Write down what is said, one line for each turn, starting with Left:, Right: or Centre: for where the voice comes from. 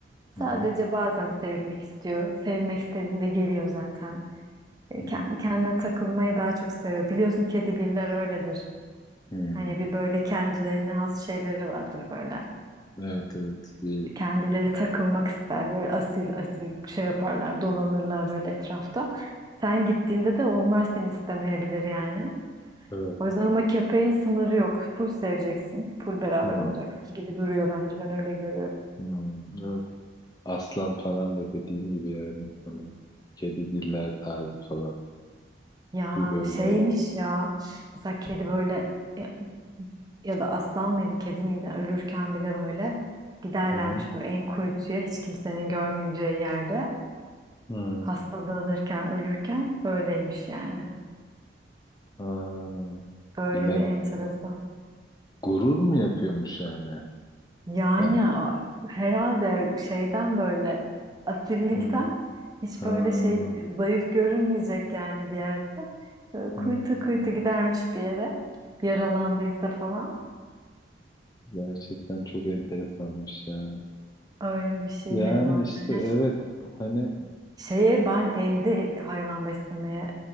Right: sadece
Left: Hı hı.
Right: bazen sevilmek istiyor. Sevilmek istediğinde geliyor zaten. E,
Left: Hı
Right: Kendi
Left: hı.
Right: kendine takılmayı daha çok seviyor. Biliyorsun kedigiller öyledir.
Left: Hmm.
Right: Hani bir böyle kendilerine has şeyleri vardır böyle.
Left: Evet evet bir
Right: Kendileri takılmak ister. Böyle asil asil şey yaparlar, dolanırlar böyle etrafta. Sen gittiğinde de onlar seni istemeyebilir yani.
Left: evet.
Right: O yüzden ama köpeğin sınırı yok. Full seveceksin. Full beraber
Left: Hmm.
Right: olacaksın gibi duruyor bence. Ben öyle görüyorum.
Left: Hmm. Evet. Aslan falan da dediğin gibi yani. Hani kedigiller tarzı falan.
Right: Ya
Left: Bir böyle
Right: şeymiş ya. Mesela kedi böyle ya ya da aslan mıydı kedi miydi ölürken bile böyle giderlermiş
Left: hı hı.
Right: böyle en kuytuya hiç kimsenin görmeyeceği yerde.
Left: Hı.
Right: Hastalanırken ölürken öyleymiş yani.
Left: Ha.
Right: Öyle
Left: Yine
Right: bir enteresan.
Left: gurur mu yapıyormuş yani?
Right: Yani
Left: Hani
Right: a- herhalde şeyden böyle asillikten
Left: hı.
Right: hiç
Left: Ha.
Right: böyle şey zayıf görünmeyecek yani bir yerde. Böyle
Left: Hı.
Right: kuytu kuytu gidermiş bir yere yaralandıysa falan.
Left: Gerçekten çok enteresanmış ya.
Right: Öyle bir şeyleri
Left: Yani
Right: var
Left: işte
Right: yani.
Left: evet hani
Right: Şeye ben evde hayvan beslemeye